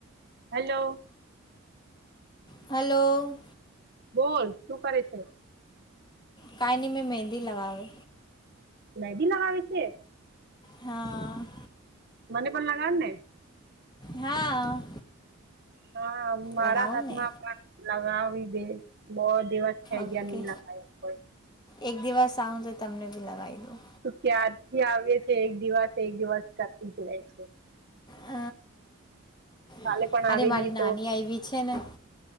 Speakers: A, on the right; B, on the left.
A: હલો.
B: હલો.
A: બોલ શું કરે છે.
B: કાયની મે મેહેંદી લગાવે
A: મહેંદી લગાવી છે.
B: હાં.
A: મને પણ લગાવડને
B: હા.
A: હા મારા
B: લગાવું
A: હાથમાં
B: ને
A: પણ લગાવી દે બહુ દિવસ થઈ
B: ઓકે
A: ગયા નહી લગાવ્યા પણ
B: એક દિવસ આવું તો તમને બી લગાવી દઉં.
A: તું ક્યારથી આવીએ છે એક દિવસ એક દિવસ કરતી જ ર રહે છે.
B: હ
A: કાલે
B: <unintelligible>
A: પણ આવેલી
B: અરે મારી નાની
A: તો
B: આવી છે ને